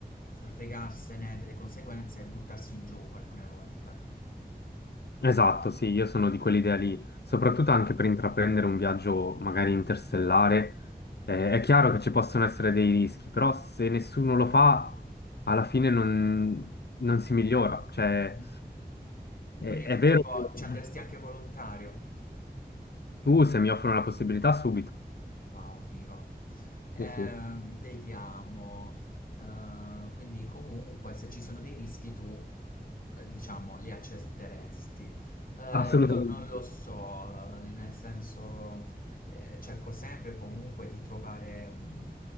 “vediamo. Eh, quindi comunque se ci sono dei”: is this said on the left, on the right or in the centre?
Left